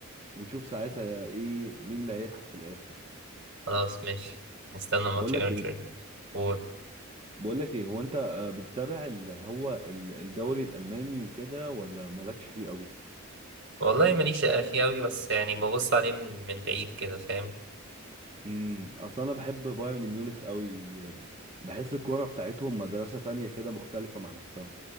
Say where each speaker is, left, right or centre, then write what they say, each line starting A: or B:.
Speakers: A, on the right; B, on the right.
A: ونشوف ساعتها ايه مين اللي هيضحك في الاخر
B: خلاص ماشي نستنى ماتش
A: بقولك
B: ايرجن
A: ايه
B: قول
A: بقولك ايه هو انت آه، بتتابع اللي هو ال- الدوري الالماني وكده ولا مالكش فيه قوي
B: والله ماليش فيه أوي بس يعني ببص عليه من, من بعيد كده فاهم
A: امم اصل انا بحب بايرن ميونخ قوي بحس الكوره بتاعتهم مدرسه تانية كده مختلفه مع نفسها